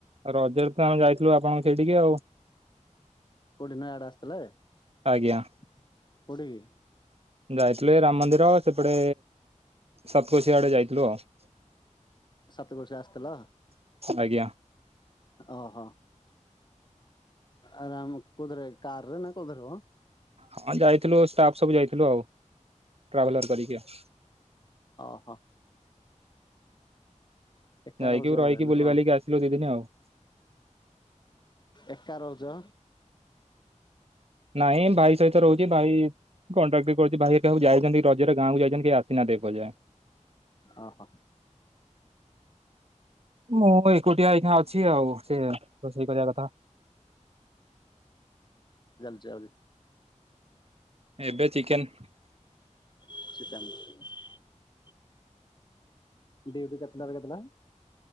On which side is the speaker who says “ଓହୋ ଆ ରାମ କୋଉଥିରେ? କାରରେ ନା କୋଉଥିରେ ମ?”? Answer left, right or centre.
Left